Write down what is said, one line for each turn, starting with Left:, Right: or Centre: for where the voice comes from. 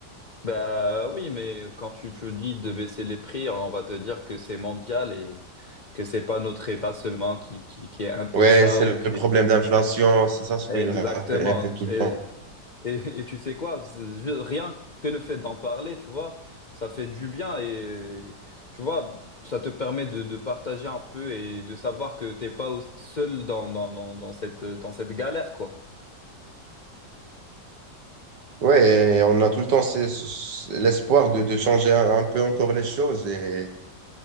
Left: Bah oui, mais quand tu te dis de baisser les prix, on va te dire que c'est mondial et que c'est pas notre État seulement qui, qui, qui impose
Right: Ouais,
Left: ça
Right: c'est
Left: ou qui
Right: le problème d'inflation. C'est ça ce
Left: Exactement.
Right: qu'il rappelle tout
Left: Et,
Right: le temps.
Left: et, et tu sais quoi? c'est juste- Rien que le fait d'en parler, tu vois, ça fait du bien et tu vois, ça te permet de, de partager un peu et de savoir que t'es pas au- seul dans, dans, dans, dans cette, dans cette galère, quoi.
Right: Ouais, et on a tout le temps ce- ce- l'espoir de, de changer un, un peu encore les choses et,